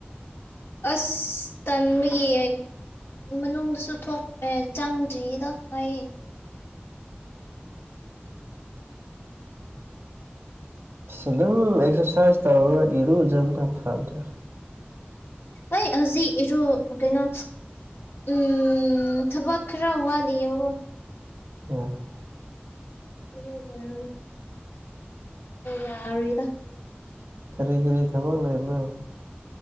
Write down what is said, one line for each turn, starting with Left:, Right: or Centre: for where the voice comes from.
Left: ꯑꯁ ꯇꯟꯕꯒꯤ ꯃꯅꯨꯡꯗꯁꯨ ꯊꯣꯛ ꯆꯪꯗ꯭ꯔꯤꯗ ꯑꯩ
Right: ꯑꯁ ꯑꯗꯨꯝ ꯑꯦꯛꯁꯔꯁꯥꯏꯁ ꯇꯧꯔꯒ ꯏꯔꯨꯖꯕꯗꯣ ꯐꯗ꯭ꯔꯥ
Left: ꯑꯩ ꯍꯧꯖꯤꯛ ꯏꯔꯨ ꯀꯩꯅꯣ ꯎꯝ ꯊꯕꯛ ꯈꯔ ꯋꯥꯂꯤꯕꯀꯣ
Right: ꯑꯣ
Left: ꯑꯗꯨꯅ ꯌꯥꯔꯤꯗ
Right: ꯀꯔꯤ ꯀꯔꯤ ꯊꯕꯛ ꯂꯩꯕ꯭ꯔꯣ